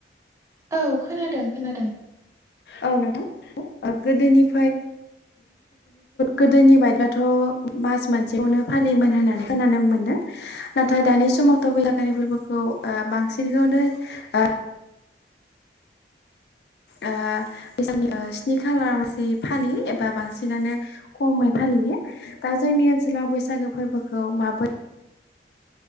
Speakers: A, on the right (about 15°); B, on the left (about 65°).
A: औ खोनादों खोनादों।
B: औ नोंथा गोदोनिफ्राय गोदोनि बायदिब्लाथ' मास मोनसेखौनो फालियोमोन होननानै खोनानो मोन्दों। नाथाय दानि समावथ' बैसागोनि फोरबोखौ बांसिनखौनो ओ ओ बैसागोनि स्नि खालारावलासे फालियो एबा बांसिनानो खमै फालियो। दा जोंनि ओनसोलाव बैसागो फोरबोखौ माबोरै